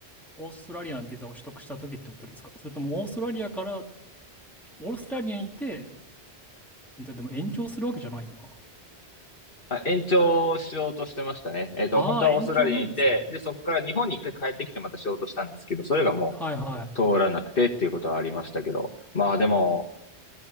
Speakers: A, in the centre; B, on the left.
A: オーストラリアのビザを取得した時ってことですかそれともオーストラリアから、オーストラリアにいて、で、でも延長するわけじゃないよな。
B: まあ、延長しようとしてましたね。えっと、
A: ああ、
B: 本当はオーストラリアにいて、
A: 延長なんですね。
B: で、そこから日本に一回帰ってきてまたしようとしたんですけど、それがも
A: はいはい。
B: う通らなくてっていうことはありましたけど、まあでも、